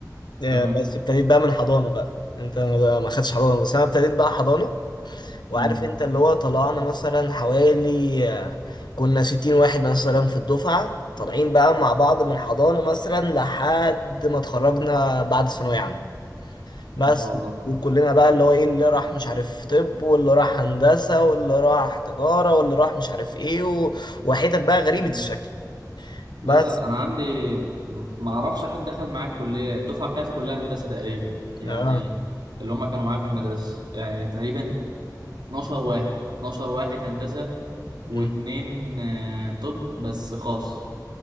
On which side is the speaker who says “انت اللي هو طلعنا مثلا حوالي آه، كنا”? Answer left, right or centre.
Left